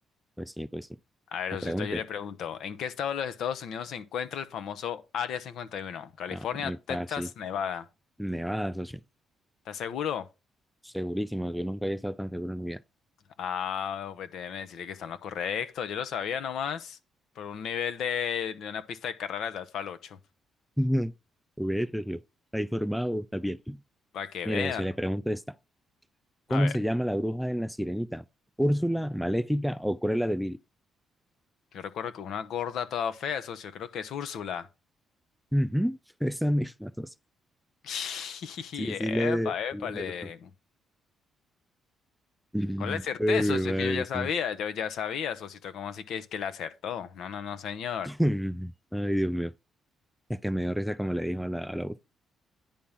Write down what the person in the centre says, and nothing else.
Pues sí, pues sí.
No pregunte.
Ah, muy fácil.
Nevada, socio.
Segurísimo, yo nunca había estado tan seguro en mi vida.
<laughs> vete socio. Está informado, está bien.
Mire,
socio, le pregunto esta. ¿Cómo
se llama la bruja en La Sirenita? ¿Úrsula, Maléfica o Cruella de Vil?
Ujú, <laughs> Esa misma, socio.
Sí,
sí, le... le
acertó. Ay,
mi
madre.
socio.
<laughs> <clears throat> Ay, Dios mío. Es que me dio risa como le dijo a la, a la